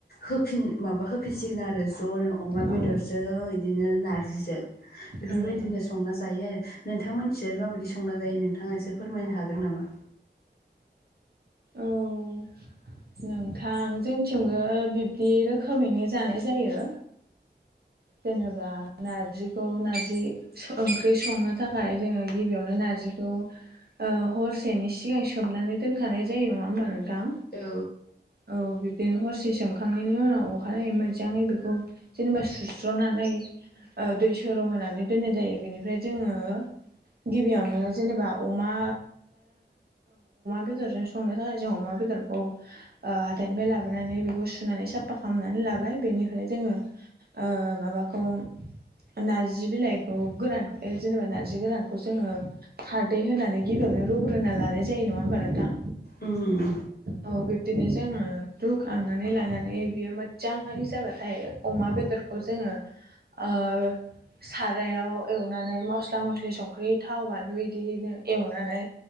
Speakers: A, on the left (about 55°); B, on the right (about 60°).
A: हो माबा होफिनसिगोन आरो जनो अमा बेदरजों
B: औ
A: बिदिनो नारजिजों बेफोरबायदिनो
B: उम उम
A: संना जायो आरो नोंथां मोना माबायदि संना जायो। जायो नोंथाङा एसे फोरमायनो हागोन नामा?
B: औ नोंथां जोंथिंबो बिब्दि रोखोमैनो जानाय जायो। जेनेबा नारजिखौ नारजि ओंख्रि संनो थाखाय जोङो गिबियावनो नारजि नारजिखौ हरसेनि सिगां सोमनानै दोनखानाय जायो नङा हबा नोंथां
A: औ
B: औ बिबदिनो हरसे सुखांनायनि उनाव अखानायै मोजाङै बेखौ जेनेबा सु सुस्र'नानै दै सर होनानै दोननाय जायो बेनिफ्राय जोङो गिबियावनो जेनेबा अमा बेदरजों संनो थाखाय जों अमा बेदर- बेदरखौ हाथाइनिफ्राय लाबोनानै बेखौ सुनानै साफा खालामनानै लाबाय बेनि ओमफ्राय जोङो माबाखौ नार्जि बिलाइखौ गोरान जेनेबा नारजि गोरानखौ जोङो खारदै होनानै गिबो रुग्रोना लानाय जायो नङा होमबा नोंथां।
A: उम
B: औ बिब्दिनो जोङो रुखांनानै लानानै माने बेयो मोजांहाय जाबाथाय अमा बेदरखौ जोङो ओ सारायाव एवनानै मस्ला मस्लि संख्रि थाव बानलु इदिनो एवनानै